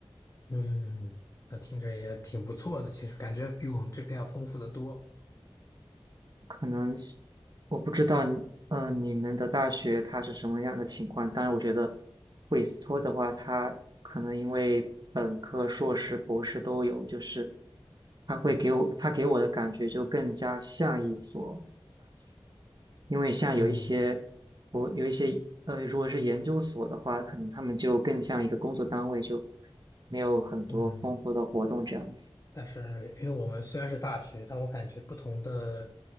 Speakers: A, on the left (about 30°); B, on the right (about 45°).
A: 嗯，那听着也挺不错的，其实感觉比我们这边要丰富的多。
B: 可能是我不知道嗯，呃你们的大学它是什么样的情况？但是我觉得布里斯托的话，它可能因为本科、硕士、博士都有，就是它会给我，它给我的感觉就更加像一所，因为像有一些，
A: 嗯
B: 我有一些，呃，如果是研究所的话，可能他们就更像一个工作单位，就没有很多丰富的活动这样子，
A: 嗯，但是因为我们虽然是大学，但我感觉不同的